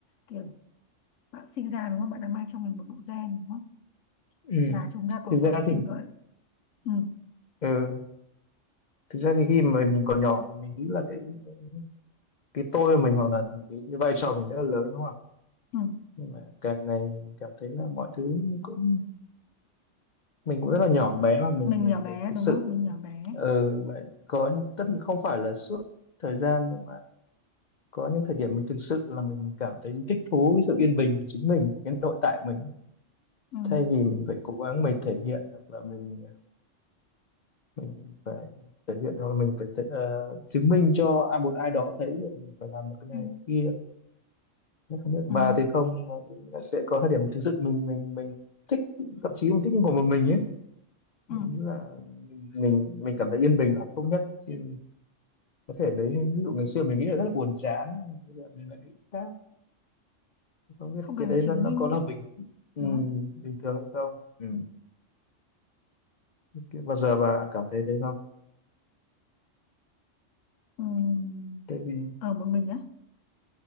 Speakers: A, on the left (about 85°); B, on the left (about 45°).
A: kiểu bạn sinh ra đúng không? Bạn đã mang trong mình một bộ gen đúng không?
B: ừ
A: Và chúng ta có
B: thực
A: quá
B: ra
A: trình
B: thì
A: gọi ừ,
B: ừ thực ra thì khi mà mình còn nhỏ thì mình nghĩ là cái cái, cái tôi của mình hoặc là cái, cái vai trò mình rất là lớn đúng không
A: ừ.
B: nhưng mà càng ngày mình cảm thấy là mọi thứ cũng mình cũng rất là nhỏ bé mà mình
A: Mình
B: mình,
A: nhỏ bé
B: mình thực
A: đúng
B: sự
A: không? Mình nhỏ bé.
B: ờ mà có những tất nhiên không phải là suốt thời gian nhưng mà có những thời điểm mình thực sự là mình mình cảm thấy thích thú với sự yên bình của chính mình cái nội tại của mình
A: Ừ,
B: thay vì mình phải cố gắng mình thể hiện hoặc là mình mình phải thể hiện hoặc là mình phải thể, ờ, chứng minh cho ai- một ai đó thấy được mình phải làm được cái này
A: ừ,
B: cái kia Nếu không biết của
A: ừ,
B: bà thì không mà sẽ có thời điểm mình thực sự mình mình mình thích thậm chí mình thích những của một mình ấy
A: ừ.
B: mình nghĩ là mình mình mình cảm thấy yên bình là hạnh phúc nhất chứ có thể đấy ví dụ ngày xưa mình nghĩ là rất là buồn chán bây giờ mình lại nghĩ khác không biết
A: Không cần
B: cái
A: phải
B: đấy
A: chứng
B: nó nó
A: minh
B: có là bình ừ,
A: đúng không
B: bình thường hay không ừ. Thế bao giờ bà cảm thấy thế không
A: Ừm,
B: tại vì
A: ở một mình á